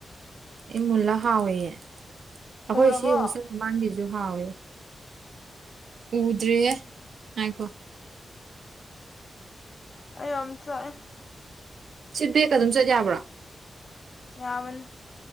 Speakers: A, on the right (about 80°); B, on the left (about 45°).
A: ꯏ ꯃꯨꯜꯂ ꯍꯥꯎꯋꯦꯌꯦ ꯑꯩꯈꯣꯏ
B: ꯎꯔꯕꯣ
A: ꯁꯤ ꯍꯣꯁ ꯃꯃꯥꯡꯒꯤꯁꯨ ꯍꯥꯎꯋꯦ ꯎꯗ꯭ꯔꯤꯌꯦ ꯉꯥꯏꯈꯣ ꯫
B: ꯑꯩ ꯌꯥꯝ ꯆꯥꯛꯑꯦ꯫
A: ꯁꯤ ꯕꯦꯛꯀ ꯑꯗꯨꯝ ꯆꯠ ꯌꯥꯕ꯭ꯔꯣ
B: ꯌꯥꯕꯅꯤ꯫